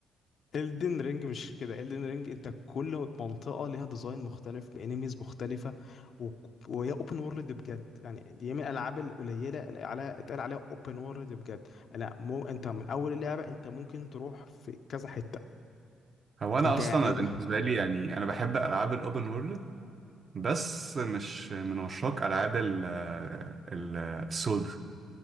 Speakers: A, on the left; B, on the right.
A: الدن رينج مش كده الدن رينج انت كل منطقه ليها ديزاين مختلف بانيميز مختلفه و... وهي اوبن وورلد بجد يعني دي من الالعاب القليله اللي على اتقال عليها اوبن وورلد بجد لا مو انت من اول اللعبه انت ممكن تروح في كذا حته
B: هو انا
A: انت
B: اصلا
A: ايه ده
B: بالنسبه لي يعني انا بحب العاب الاوبن وورلد بس مش من عشاق العاب ال ال- السولد